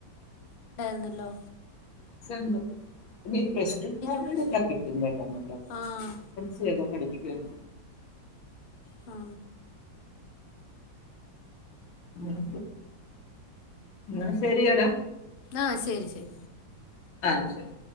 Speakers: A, on the left (about 60°); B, on the left (about 85°).
A: നലോ
B: ണ്ട് പ്ലസ്
A: ഒക്കെ
B: ക്കാ കിട്ടും കേട്ടന്ന
A: ആഹ്
B: പഠിപ്പിക്കുക എന്ന
A: ആ
B: അ എന്ന ശരിയടാ
A: ആഹ് ശരി ശരി
B: ആ ശരി